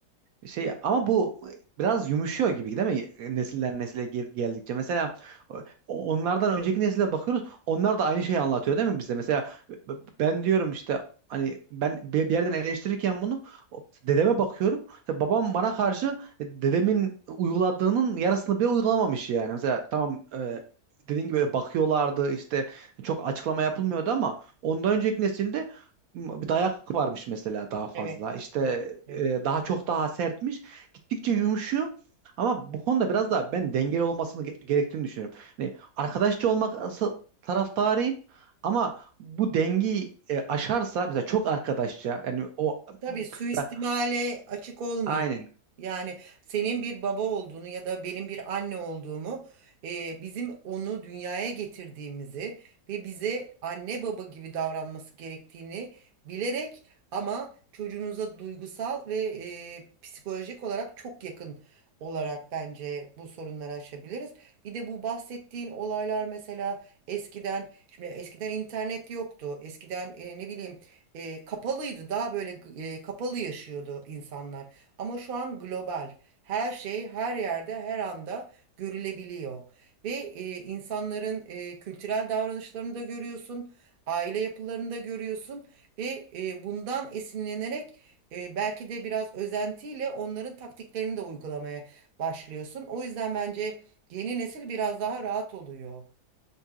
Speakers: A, on the right (about 70°); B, on the right (about 55°).
A: Şey ama bu biraz yumuşuyor gibi değil mi? Nesiller nesile gel- geldikçe. Mesela o- onlardan önceki nesile bakıyoruz. Onlar da aynı şeyi anlatıyor değil mi bize? Mesela b- ben diyorum işte hani ben bir bir yerden eleştirirken bunu o- dedeme bakıyorum. İşte babam bana karşı e, dedemin uyguladığının yarısını bile uygulamamış yani. Mesela tamam e, dediğin gibi öyle bakıyorlardı işte çok açıklama yapılmıyordu ama ondan önceki nesilde m- dayak varmış mesela daha fazla.
B: Evet,
A: İşte
B: evet, evet.
A: e, daha çok daha sertmiş. Gittikçe yumuşuyor. Ama bu konuda biraz daha ben dengeli olmasını ge- gerektiğini düşünüyorum. Hani arkadaşça olmak asa- taraftarıyım ama bu dengeyi e, aşarsa mesela çok arkadaşça yani o
B: Tabii suistimale
A: mesela-
B: açık olmayın.
A: aynen.
B: Yani senin bir baba olduğunu ya da benim bir anne olduğumu, e, bizim onu dünyaya getirdiğimizi ve bize anne baba gibi davranması gerektiğini bilerek ama çocuğunuza duygusal ve e, psikolojik olarak çok yakın olarak bence bu sorunları aşabiliriz. Bir de bu bahsettiğin olaylar mesela eskiden, şimdi eskiden internet yoktu. Eskiden e, ne bileyim e, kapalıydı. Daha böyle e, kapalı yaşıyordu insanlar. Ama şu an global. Her şey her yerde her anda görülebiliyor. Ve e, insanların e, kültürel davranışlarını da görüyorsun. Aile yapılarını da görüyorsun. Ve e, bundan esinlenerek e, belki de biraz özentiyle onların taktiklerini de uygulamaya başlıyorsun. O yüzden bence yeni nesil biraz daha rahat oluyor.